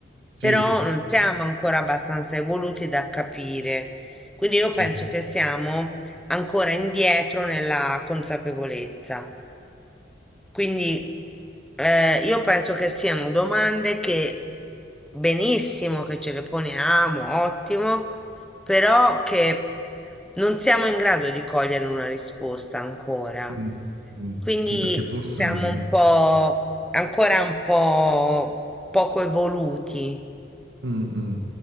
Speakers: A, on the right; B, in the centre.
A: sì,
B: però non siamo ancora abbastanza evoluti da capire. Quindi io
A: sì,
B: penso che siamo ancora indietro nella consapevolezza. Quindi eh, io penso che siano domande che benissimo che ce le poniamo, ottimo, però che non siamo in grado di cogliere una risposta ancora.
A: Mm. Mm.
B: Quindi
A: sì, perché forse...
B: siamo
A: mm,
B: un po' ancora un po' poco evoluti.
A: Mm, mm.